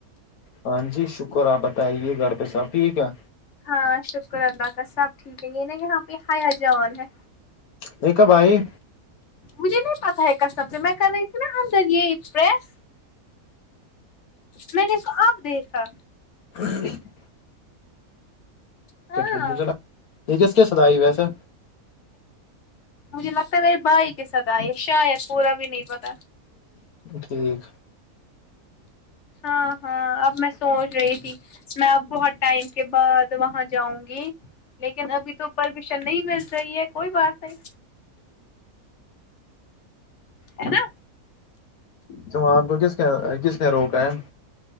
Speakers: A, on the left (about 75°); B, on the left (about 55°).
A: ہاں جی شکر آپ بتائیے گھر پہ سب ٹھیک ہے
B: ہاں شکر اللہ کا سب ٹھیک ہے یہ نا یہاں پہ ہیا جان ہے
A: یہ کب ائی
B: مجھے نہیں پتہ ہے کسٹم سے میں کری تھی نا اندر یہ پریس میں نے اس کو آب دیکھا
A: <inaudible>
B: ہاں
A: اچھا ٹھیک ہے یہ کس کے ساتھ آی ویسے
B: مجھے لگتا ہے میے بھائی کے ساتھ آئی شاید پورا بھی نہیں پتا
A: ٹھیک
B: ہاں ہاں اب میں سوچ رہی تھی میں بہت ٹائم کے بعد وہاں جاؤں گی لیکن ابھی تو پرمیشن نہیں مل رہی ہے کوئی بات نہیں ہے نا
A: توم آپ کو کس نے کس نے روکا ہے